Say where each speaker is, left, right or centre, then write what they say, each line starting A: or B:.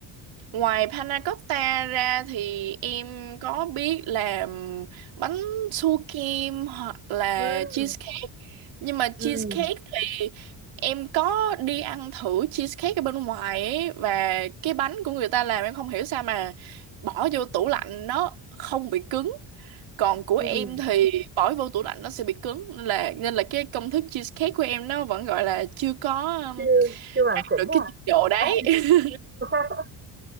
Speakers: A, on the right (about 75°); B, on the right (about 25°).
A: Ngoài panna cotta ra thì em có biết làm bánh su kem hoặc là
B: Ừ.
A: cheesecake. Nhưng mà
B: Ừm,
A: cheesecake thì em có đi ăn thử cheesecake ở bên ngoài ấy và cái bánh của người ta làm em không hiểu sao mà bỏ vô tủ lạnh nó không bị cứng. Còn của
B: ừm,
A: em thì bỏ vô tủ lạnh nó sẽ bị cứng nên là nên là cái công thức cheesecake của em nó vẫn gọi là chưa có um,
B: chưa chưa hoàn chỉnh
A: được cái trình độ đấy.
B: à?
A: <laughs>
B: <laughs>